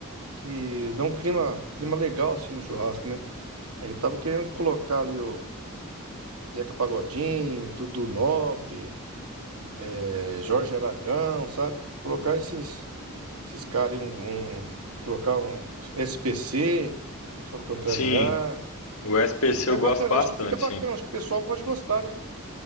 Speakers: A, on the right (about 85°); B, on the left (about 75°).
A: que dá um clima, um clima legal assim no churrasco, né? Aí eu tava querendo colocar ali o Zeca Pagodinho, Dudu Nobre, é, Jorge Aragão, sabe? Colocar esses esses caras aí, um, um- colocar um SPC só pra contrariar.
B: Sim, o SPC
A: É
B: eu
A: bacana,
B: gosto bastante,
A: eu acho que fica bacana,
B: sim.
A: acho que o pessoal pode gostar, né?